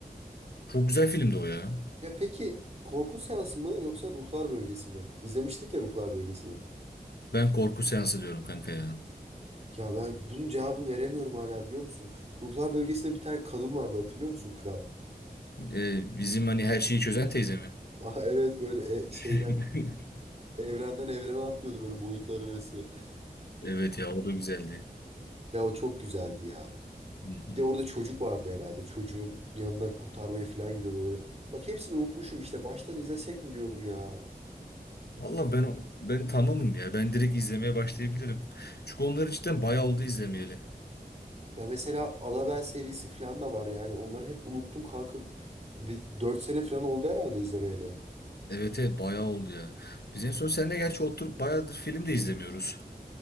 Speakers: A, on the left; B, on the right.
A: Çok güzel filmdi o ya.
B: Ya peki korku seansı mı yoksa ruhlar bölgesi mi? İzlemiştik ya ruhlar bölgesini.
A: Ben korku seansı diyorum kanka ya.
B: Ya ben bunun cevabını veremiyorum hala biliyor musun? Ruhlar bölgesinde bir tane kadın vardı hatırlıyor musun kral? <laughs>
A: Ee, bizim hani her şeyi çözen teyze mi?
B: Ah evet böyle e-
A: <laughs>
B: şeyden evrenden evrene atlıyordu böyle boyutlar arası. <laughs>
A: Evet ya o da güzeldi.
B: Ya o çok güzeldi ya.
A: Hı
B: Bir
A: hı.
B: de orada çocuk vardı herhalde. Çocuğun yanına kurtarmaya falan gidiyordu böyle. Bak hepsini unutmuşum işte. Baştan izlesek mi diyorum ya.
A: Valla ben ben tamamım ya. Ben direkt izlemeye başlayabilirim. Çünkü onları cidden bayağı oldu izlemeyeli.
B: Ya mesela Annabelle serisi falan da var yani. Onları hep unuttum kanka. Bir 4 sene falan oldu herhalde izlemeyeli.
A: Evet evet bayağı oldu ya. Biz en son seninle gerçi oturup bayağıdır film de izlemiyoruz.